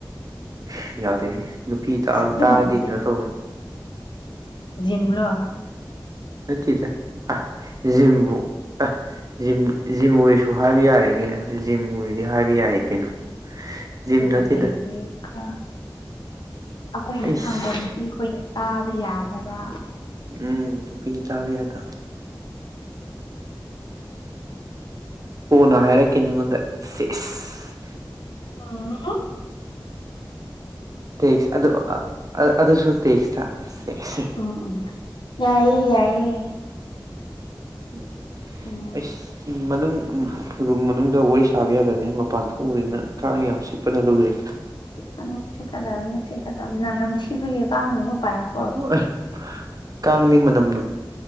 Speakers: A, on the right; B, on the left.
A: ꯏꯁ ꯌꯥꯗꯦꯍꯦ ꯅꯨꯄꯤ ꯇꯥ
B: ꯑꯁ ꯑꯗꯨꯒꯨꯝꯕꯗꯤ
A: ꯇꯥꯔꯗꯤ ꯀꯩꯅꯣ ꯇꯧꯔꯅꯤ
B: ꯌ‌ꯦꯡꯂꯣ
A: ꯅꯠꯇꯦꯗ ꯑ ꯖꯤꯝꯕꯨ ꯑ ꯖꯤꯝ ꯖꯤꯝ ꯑꯣꯏꯔꯁꯨ ꯍꯥꯏꯕ ꯌꯥꯔꯦ ꯀꯩꯅꯣ ꯖꯤꯝ ꯑꯣꯏꯗꯤ ꯍꯥꯏꯕ ꯌꯥꯏ ꯀꯩꯅꯣ ꯖꯤꯝ
B: ꯑꯗꯨꯒ
A: ꯅꯠꯇꯦꯗ
B: ꯀꯩꯒꯤ ꯈꯥ ꯑꯈꯣꯏꯅ
A: ꯑꯩꯁ
B: ꯈꯪꯕꯅꯤ ꯅꯨꯄꯤ ꯑꯩꯈꯣꯏꯅ ꯇꯥꯕ ꯌꯥꯗꯕ
A: ꯎꯝ ꯅꯨꯄꯤꯅ ꯇꯥꯕ ꯌꯥꯗꯕ ꯀꯣꯟꯅ ꯍꯥꯏꯔꯛꯀꯦ ꯅꯪꯉꯣꯟꯗ ꯁꯦꯁ
B: ꯑꯣ ꯎꯝ
A: ꯇꯦꯛꯁ ꯑꯗꯨ ꯑꯗꯨꯁꯨ ꯇꯦꯛꯁ ꯇ ꯁꯦꯁ
B: ꯑꯣ ꯑꯣ ꯌꯥꯏꯌꯦ ꯌꯥꯏꯌꯦ
A: ꯎꯝ
B: ꯎꯝ
A: ꯑꯩꯁ ꯃꯅꯨꯡ ꯎꯝ ꯔꯨꯝ ꯃꯅꯨꯡꯗ ꯋꯥꯔꯤ ꯁꯥꯕ ꯌꯥꯗꯕꯅꯤꯅ ꯃꯄꯥꯟ ꯊꯣꯛꯎꯕꯅꯤꯅ ꯀꯥꯡ ꯌꯥꯝ ꯆꯤꯛꯄꯗ ꯂꯣꯏꯔꯦ
B: ꯆꯤꯛꯄꯅꯦ ꯆꯤꯛꯀꯗꯕꯅꯤ ꯆꯤꯛꯀꯗꯕ ꯅꯝ ꯅꯝꯊꯤꯕꯒꯤ ꯀꯥꯡꯖꯤꯡꯗꯣ ꯄꯥꯏꯔꯛ
A: ꯑꯦ ꯀꯥꯡꯗꯤ ꯃꯅꯝ ꯅꯝ